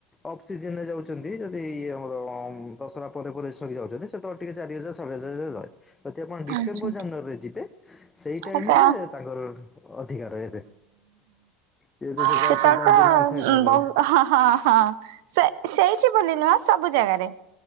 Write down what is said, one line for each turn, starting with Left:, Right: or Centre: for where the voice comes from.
Left: ଅଫସିଜିନ ରେ ଯାଉ ଚନ୍ତି ଯଦି ଆମର ଅମ୍ ଦଶହରା ପରେ ପରେ ସରି ଯାଉଚନ୍ତି ସେତେବେଳେ ଟିକେ ଚାରି ହଜାର ସାଢ଼େ ଚାରି ହଜାର ଯାଏ। ଯଦି ଆପଣ ଡିସେମ୍ବର
Right: ଆଚ୍ଛା
Left: ଜାନୁଆରୀରେ ଯିବେ ସେଇ ଟାଇମ୍
Right: ହବ।
Left: ରେ ତାଙ୍କର ଅ ଅଧିକା ରେଟ୍ ଯେହେତୁ ସେଟା
Right: ସେତେବେଳେ
Left: ତାଙ୍କର
Right: ତ
Left: ଡିମାଣ୍ଡ ଥାଏ ତାଙ୍କର
Right: ବହୁ ହଁ ହଁ ହଁ ସେ ସେଇ ଠି ବୋଲି ନୁହଁ ସବୁ ଜାଗାରେ